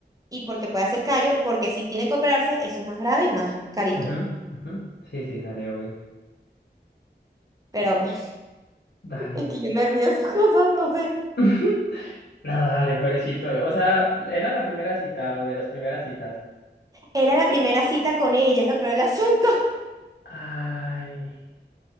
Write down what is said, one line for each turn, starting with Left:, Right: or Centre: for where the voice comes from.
Right: y porque puede hacer callo, porque si tiene que operarse, eso es más grave y más carito.
Left: Ujú, ujú. Sí, sí, dale, obvio.
Right: Pero
Left: Y-
Right: <laughs>
Left: Dale.
Right: es que yo me río de esas cosas, no sé.
Left: <laughs> No, dale, pobrecito. O sea, ¿era la primera cita o de las primeras citas?
Right: Era la primera cita con ella, es lo peor del asunto. <laughs>
Left: Ay,